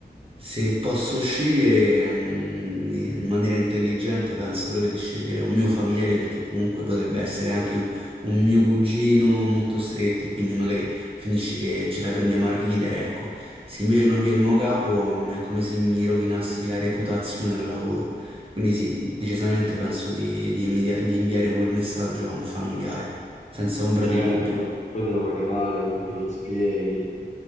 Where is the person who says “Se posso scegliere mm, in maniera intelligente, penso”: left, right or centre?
Right